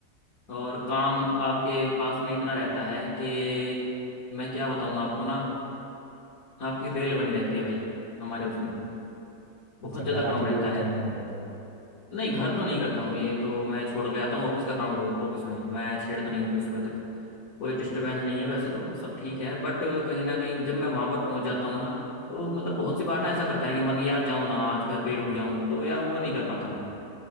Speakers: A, on the left; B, on the right.
A: और काम आपके पास में इतना रहता है कि मैं क्या बताऊं आपको ना आपकी रेल बनी रहती है भाई हमारे उसमें बहुत
B: अच्छा
A: ज़्यादा
B: घर
A: काम
B: आके
A: रहता
B: भी वही
A: है
B: करने में रहते हो
A: नहीं घर तो नहीं करता हूँ ये तो मैं छोड़ के आता हूँ ऑफिस का काम ऑफिस में मैं छेड़ता नहीं हूँ फिर सुबह तक कोई डिस्टरबेंस नहीं है वैसे तो सब ठीक है बट कहीं ना कहीं जब मैं वहां पर पहुंच जाता हूँ ना तो मतलब बहुत सी बार ना ऐसा करता है कि मन यार जाऊँ ना आज घर पे ही रुक जाऊँ तो यार वो नहीं कर पाता मैं